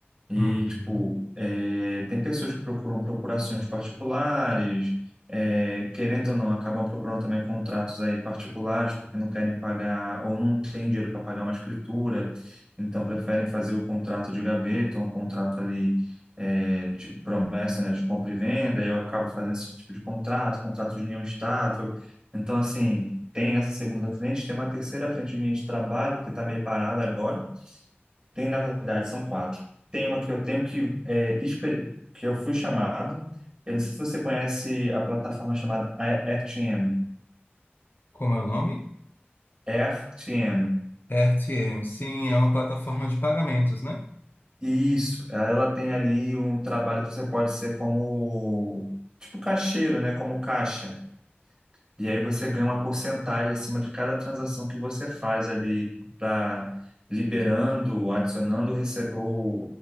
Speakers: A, on the right; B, on the left.
A: E,
B: Uhum.
A: tipo, é, tem pessoas que procuram procurações particulares, é, querendo ou não, acabam procurando também contratos aí particulares porque não querem pagar ou não têm dinheiro para pagar uma escritura, então preferem fazer o contrato de gaveta, um contrato ali é, de promessa, né, de compra e venda, e eu acabo fazendo esse tipo de contrato, contrato de união estável. Então, assim, tem essa segunda frente, tem uma terceira frente minha de trabalho que está meio parada agora tem, na verdade, são quatro. Tem uma que eu tenho que é, exper- que eu fui chamado. Eu não sei se você conhece a plataforma chamada RTM.
B: Como é o nome?
A: RTM.
B: RTM, sim, é uma plataforma de pagamentos, né?
A: Isso. Ela tem ali um trabalho que você pode ser como tipo caixeiro, né? Como caixa. E aí você ganha uma porcentagem acima de cada transação que você faz ali para liberando, adicionando rece- ou,